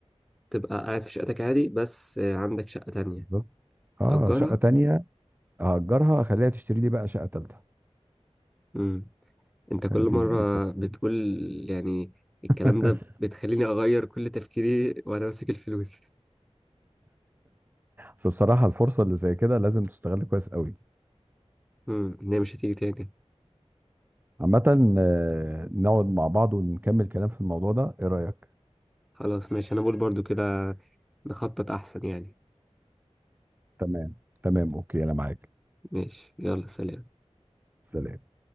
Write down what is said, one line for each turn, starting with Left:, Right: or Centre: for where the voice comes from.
Centre: تبقى قاعد في شقتك عادي بس آه، عندك شقة تانية
Right: بالظبط اه
Centre: تأجرها؟
Right: شقه تانية هاجرها اخليها تشتري لي بقى شقه تالتة
Centre: مم. انت كل
Right: دي
Centre: مرة
Right: دي التفكير
Centre: بتقول يعني الكلام
Right: <laughs>
Centre: ده بتخليني اغير كل تفكيري وانا ماسك الفلوس
Right: بس بصراحه الفرصه اللي زي كده لازم تستغل كويس قوي
Centre: امم ان هي مش هتيجي تاني
Right: عامه آه، نقعد مع بعض ونكمل كلام في الموضوع ده ايه رايك
Centre: خلاص ماشي انا بقول برضو كده نخطط احسن يعني
Right: تمام تمام اوكي انا معاك
Centre: ماشي يلا سلام
Right: سلام